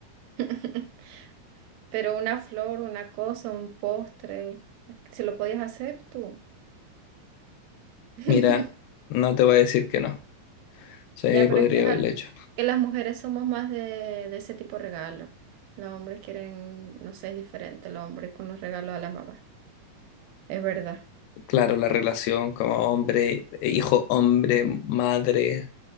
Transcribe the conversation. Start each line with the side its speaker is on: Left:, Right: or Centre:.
Right: <laughs> Pero una flor, una cosa, un postre, si lo podías hacer tú. <laughs>
Left: Mira, no te voy a decir que no. Sí,
Right: Ya, pero
Left: podría
Right: es que, es
Left: haberlo
Right: al-
Left: hecho.
Right: que las mujeres somos más de, de ese tipo de regalo. Los hombres quieren, no sé, es diferente el hombre con los regalos de la mamá. Es verdad.
Left: Claro, la relación como hombre, eh, hijo, hombre, madre,